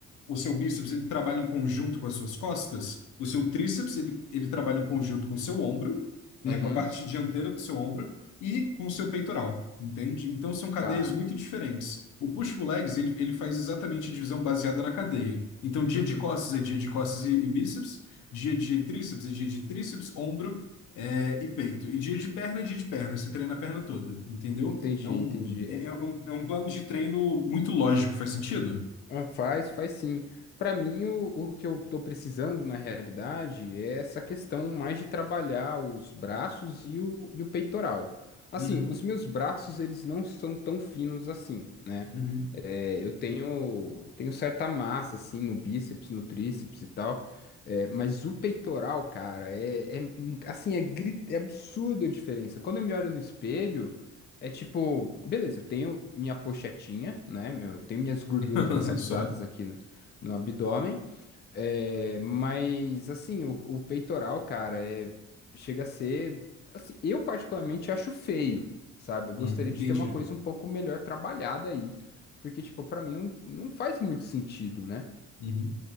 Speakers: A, on the left; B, on the left.
A: o seu bíceps ele trabalha em conjunto com as suas costas, o seu tríceps ele, ele trabalha em conjunto com o seu ombro, é,
B: Uhum.
A: com a parte dianteira do seu ombro e com o seu peitoral, entende? Então são cadeias
B: Tá.
A: muito diferentes. O push-pull-legs ele, ele faz exatamente divisão baseada na cadeia. Então dia
B: Uhum.
A: de costas é dia de costas e, e bíceps, dia de tríceps é dia de tríceps, ombro é, e peito. E dia de perna é dia de perna. Você treina a perna toda, entendeu?
B: Entendi,
A: É um,
B: entendi.
A: é,
B: É,
A: é um, é um plano de treino muito lógico, faz sentido?
B: ah, Faz, faz sim. Pra mim, o, o que eu tô precisando na realidade é essa questão mais de trabalhar os braços e o, e o peitoral. Assim,
A: Uhum,
B: os meus braços, eles não são tão finos assim, né?
A: uhum.
B: É, eu tenho, tenho certa massa, assim, no bíceps, no tríceps e tal. É, mas o peitoral, cara, é, é, hum, assim, é, gri- é absurda a diferença. Quando eu me olho no espelho, é tipo, beleza, eu tenho minha pochetinha, né? Meu, eu tenho minhas gorduras
A: <laughs>
B: localizadas
A: Só.
B: aqui no, no abdômen. É, mas assim, o, o peitoral, cara, é, chega a ser. assim, eu particularmente acho feio, sabe? Eu gostaria
A: Uhum, Entendi.
B: de ter uma coisa um pouco melhor trabalhada aí. Porque, tipo, pra mim não, não faz muito sentido, né?
A: Uhum.